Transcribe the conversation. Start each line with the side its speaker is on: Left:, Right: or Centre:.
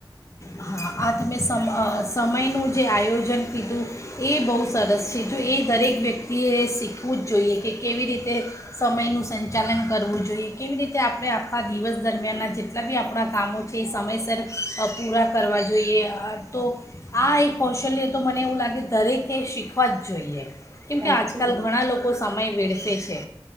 Left: હા આ તમે સમ અ સમયનું જે આયોજન કીધું એ બહુ સરસ છે જો એ દરેક વ્યક્તિએ શીખવું જ જોઈએ કે કેવી રીતે સમયનું સંચાલન કરવું જોઈએ કેવી રીતે આપણે આખા દિવસ દરમિયાનના જેટલા બી આપણાં કામો છે એ સમયસર અ પૂરા કરવા જોઈએ. આ તો આ એક કૌશલ્ય તો મને એવું લાગે દરેકે શીખવા જ જોઈએ. કેમ
Right: સાચી
Left: કે આજકાલ
Right: વાત
Left: ઘણા
Right: છે
Left: લોકો સમય વેડ <inaudible> છે